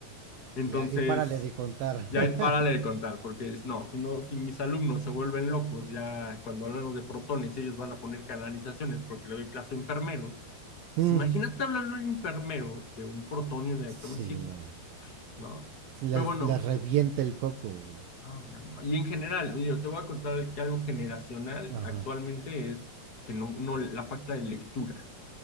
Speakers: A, on the left; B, on the right.
A: Entonces,
B: Y ahí párale de contar.
A: ya
B: <laughs>
A: ahí párale de contar, porque es, no, si no, si mis alumnos se vuelven locos, ya cuando hablamos de protones, ellos van a poner canalizaciones porque le doy clase a enfermeros. Pues
B: Mm,
A: imagínate hablarle a un enfermero de un protonio de
B: sí,
A: decir,
B: no.
A: ¿no? Pero
B: Les,
A: bueno,
B: les revienta el coco, güey.
A: No, no, no. Y en general, yo te voy a contar que algo generacional
B: Ajá.
A: actualmente es que no, no, la falta de lectura.